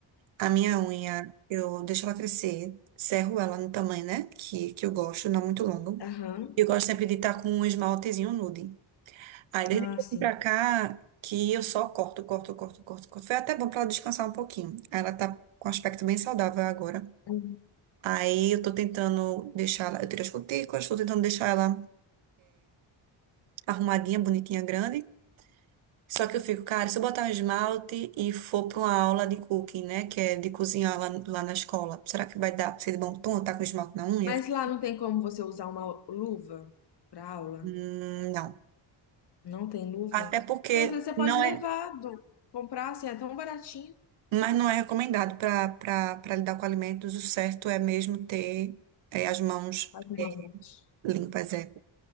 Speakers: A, on the right; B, on the left.
A: A minha unha, eu deixo ela crescer, serro ela no tamanho, né? Que, que eu gosto, não muito longo.
B: Aham.
A: eu gosto sempre de estar com um esmaltezinho nude. Aí, desde
B: Ah,
A: que
B: sim.
A: eu vim pra cá, que eu só corto, corto, corto, corto, corto. Foi até bom pra ela descansar um pouquinho. Aí Ela tá com um aspecto bem saudável agora.
B: Uhum.
A: Aí, eu tô tentando deixar ela. Eu tirei as cutículas, tô tentando deixar ela arrumadinha, bonitinha, grande. Só que eu fico, cara, se eu botar um esmalte e for pra uma aula de cooking, né? Que é de cozinhar lá, lá na escola, será que vai dar pra ser de bom tom? Tá com esmalte na unha?
B: Mas
A: Eu fico,
B: lá não tem como você usar uma luva pra aula?
A: hum, não.
B: Não tem luva?
A: Até porque
B: Mas Às vezes você pode
A: não
B: levar,
A: é,
B: do- comprar, assim, é tão baratinho.
A: mas não é recomendado para para para lidar com alimentos. O certo é mesmo ter é, as mãos
B: As mãos.
A: limpas, é.